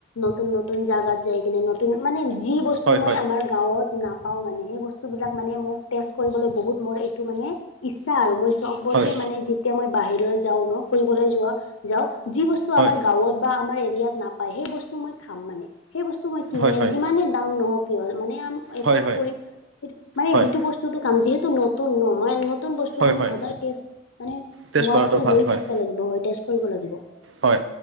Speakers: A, on the left (about 85°); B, on the right (about 70°).
A: নতুন নতুন জাগাত যাই কিনে নতুন মানে যি বস্তু- মই
B: হয় হয়
A: আমাৰ গাঁৱত নাপাওঁ মানে সেই বস্তু বিলাক মানে মোক টেষ্ট কৰিবলৈ বহুত মোৰ এইটো মানে- ইচ্ছা আৰু মই চবতে
B: হয়
A: মানে যেতিয়া মই বাহিৰলৈ যাওঁ ন ফুৰিবলৈ যোৱা যাওঁ যি বস্তু-
B: হয়
A: আমাৰ গাঁৱত বা আমাৰ এৰিয়াত নাপায় সেই বস্তু মই খাম মানে। সেই বস্তু মই কিনি
B: হয় হয় হয় হয়
A: যিমানে দাম নহক। মানে এফৰ্ড
B: হয় হয়
A: কৰিম সেই মানে
B: হয়
A: সেইটো বস্তুটো কাম যিহেতু নতুন ন মই- নতুন বস্তু
B: হয়
A: আমি
B: হয়
A: সদায় টেষ্ট মানে,
B: টেষ্ট
A: সোৱাদটো
B: কৰাটো ভাল
A: লৈ
B: হয়
A: থাকিব লাগিব হয় টেষ্ট কৰিব লাগিব -
B: হয়,